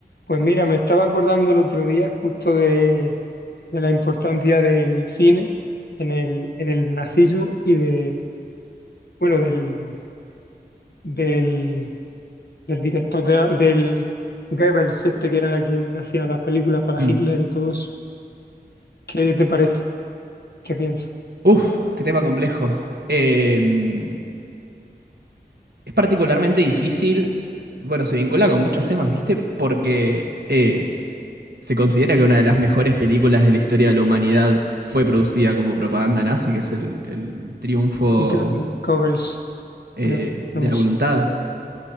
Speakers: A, on the left (about 70°); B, on the right (about 70°).
A: Pues mira, me estaba acordando el otro día justo de, de la importancia del cine en el, en el nazismo y de, bueno, del, del, del director de- del Goebbels, este que era quien hacía las películas para
B: Mm.
A: Hitler y todo eso. ¿Qué te parece? ¿Qué piensas?
B: Uf, qué tema complejo. Em, es particularmente difícil, bueno, se vincula con muchos temas, ¿viste? Porque eh, se considera que una de las mejores películas de la historia de la humanidad fue producida como propaganda nazi, que es el, el triunfo
A: Go- Goebbels,
B: eh,
A: no, no
B: de
A: me
B: la voluntad.
A: sé.